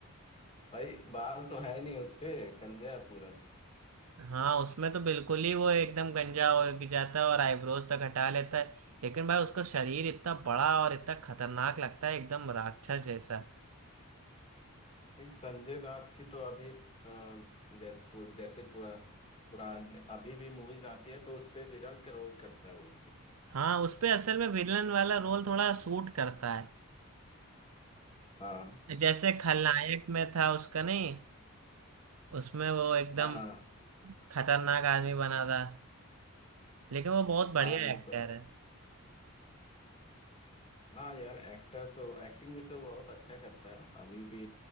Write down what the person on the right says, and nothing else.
हाँ उसमें तो बिल्कुल ही वो एकदम गंजा हो जाता है और आईब्रोज तक हटा लेता है लेकिन भाई उसका शरीर इतना बड़ा और इतना खतरनाक लगता है एकदम राक्षस जैसा
हाँ उस पे असल में विलन वाला रोल थोड़ा सूट करता है
जैसे खलनायक में था उसका नहीं उसमें वो एकदम
खतरनाक आदमी बना था लेकिन वो बहुत बढ़िया
एक्टर है